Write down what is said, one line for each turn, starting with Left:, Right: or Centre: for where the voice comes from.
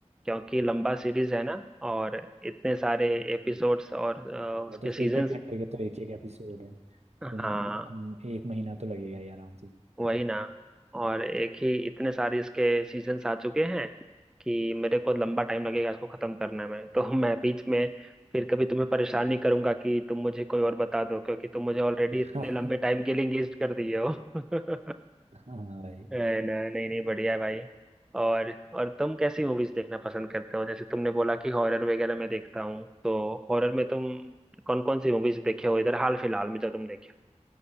Centre: क्योंकि लंबा सीरीज है ना और इतने सारे एपिसोड्स और अ,
Right: हाँ
Centre: उसके
Right: मतलब
Centre: सीजन्स
Right: एक एक घंटे के तो एक एक एपिसोड है तो
Centre: हाँ
Right: हम हम- एक महीना तो लगेगा ही आराम से
Centre: वही ना और एक ही इतने सारे इसके सीजन्स आ चुके हैं कि मेरे को लंबा टाइम लगेगा इसको खत्म करने में तो <laughs> मैं बीच में फिर कभी तुम्हें परेशान नहीं करूंगा कि तुम मुझे कोई और बता दो क्योंकि तुम मुझे ऑलरेडी
Right: <laughs>
Centre: इतने लंबे टाइम के लिए एंगेज कर दिए हो <laughs>
Right: हाँ भाई
Centre: है ना नहीं नहीं बढ़िया है भाई और और तुम कैसी मूवीज देखना पसंद करते हो जैसे तुमने बोला कि हॉरर वगैरह मैं देखता हूँ तो हॉरर में तुम कौन कौन सी मूवीज देखे हो इधर हाल फिलहाल में जो तुम देखे